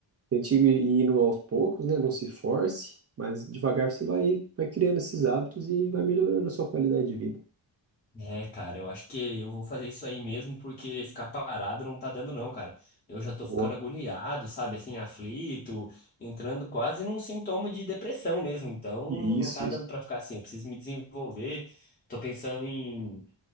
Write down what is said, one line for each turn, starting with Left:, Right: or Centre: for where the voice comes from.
Right: Tente ir ir indo aos poucos, né? Não se force, mas devagar você vai, vai criando esses hábitos e vai melhorando a sua qualidade de vida.
Left: É, cara, eu acho que eu vou fazer isso aí mesmo, porque ficar parado não tá dando não, cara. Eu já tô
Right: Boa.
Left: ficando agoniado, sabe, assim, aflito, entrando quase num sintoma de depressão mesmo. Então,
Right: Isso,
Left: não tá
Right: isso.
Left: dando pra ficar assim, eu preciso me desenvolver. Tô pensando em,